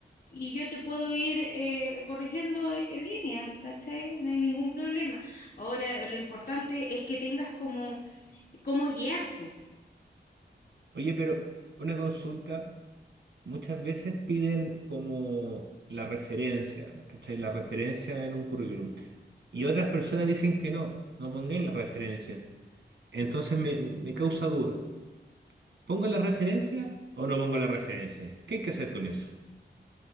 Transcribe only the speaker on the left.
y yo te puedo ir eh, corrigiendo en línea, ¿cachai? No hay ningún problema. Ahora, lo importante es que tengas como, como guiarte.